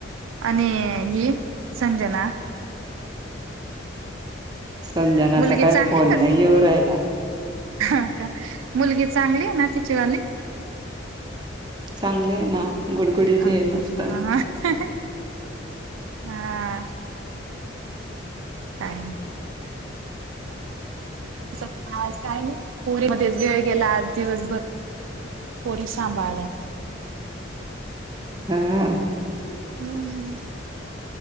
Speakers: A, on the right; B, on the right.
A: आणि ही संजना
B: संजनाचा
A: मुलगी
B: काय
A: चांगली
B: फोन
A: का?
B: नाही येऊ राहिला
A: हा का मुलगी चांगली ना तिचीवाली?
B: चांगलेय ना गुडगुडीच
A: हा
B: आहे मस्त.
A: <unintelligible> हा. काय <unintelligible> <unintelligible> पुरी मध्ये वेळ गेला आज दिवसभर पोरी सांभाळल्या.
B: हा.
A: हम्.